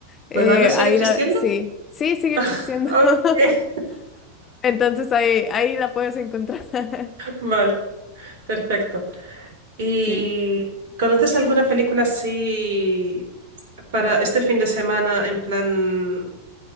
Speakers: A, on the left; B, on the right.
A: Eh,
B: ¿Cuevana sigue
A: ahí
B: existiendo?
A: la, sí, sí, sigue existiendo.
B: <laughs>
A: <laughs>
B: Ok,
A: Entonces ahí, ahí la puedes encontrar. <laughs>
B: Vale, perfecto. ¿Y
A: Sí.
B: conoces alguna película así para este fin de semana en plan